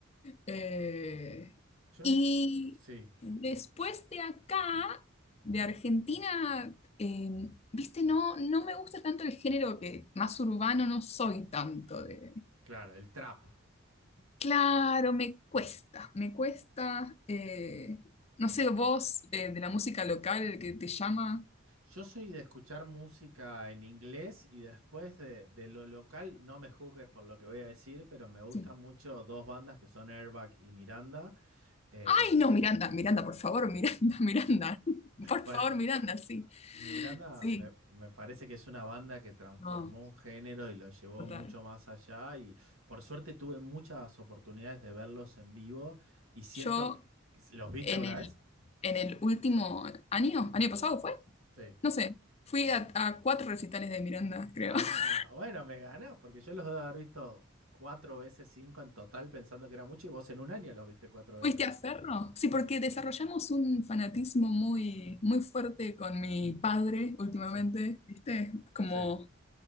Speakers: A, on the left; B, on the right.
A: Eh,
B: yo,
A: y
B: n- sí,
A: después de acá, de Argentina, eh, viste, no, no me gusta tanto el género que más urbano no soy tanto de...
B: claro, el trap.
A: Claro, me cuesta, me cuesta, eh, no sé, vos eh, de la música local que te llama.
B: Yo soy de escuchar música en inglés y después de, de lo local, no me juzgues por lo que voy a decir, pero me gustan
A: Sí.
B: mucho dos bandas que son Airbag y Miranda. eh,
A: Ay, no, Miranda, Miranda, por favor, Miranda, <laughs> Miranda, por
B: Bueno,
A: favor, Miranda, sí,
B: Miranda
A: sí,
B: me, me parece que es una banda que transformó
A: no,
B: un género y lo llevó
A: total.
B: mucho más allá y por suerte tuve muchas oportunidades de verlos en vivo y siento
A: Yo
B: que- ¿Los viste
A: en
B: alguna
A: el,
B: vez?
A: en el último año, año pasado fue,
B: Sí.
A: no sé, fui a, a cuatro recitales de Miranda, creo.
B: Ah,
A: <laughs>
B: bueno, me ganás, porque yo los debo haber visto cuatro veces, cinco en total, pensando que era mucho y vos en un año los viste cuatro veces.
A: ¿Fuiste a Ferro? Sí, porque desarrollamos un fanatismo muy, muy fuerte con mi padre últimamente,
B: Sí,
A: ¿viste? Como
B: sí.